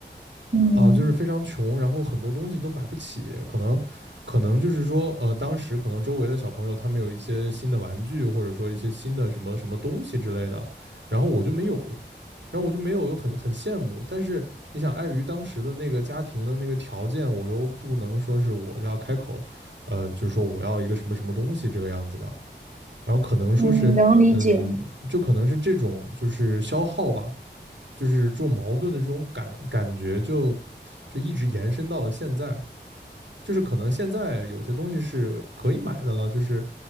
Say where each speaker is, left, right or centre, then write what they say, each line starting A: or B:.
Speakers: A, on the right; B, on the right.
A: 嗯
B: 啊，就是非常穷，然后很多东西都买不起，可能，可能就是说，呃，当时可能周围的小朋友他们有一些新的玩具，或者说一些新的什么什么东西之类的，然后我就没有，然后我就没有，又很很羡慕。但是你想，碍于当时的那个家庭的那个条件，我又不能说是我要开口，呃，就是说我要一个什么什么东西这个样子的，然后可能说是，
A: 嗯，能理解。
B: 嗯，就可能是这种就是消耗吧。就是这种矛盾的这种感感觉就就一直延伸到了现在，就是可能现在有些东西是可以买的了，就是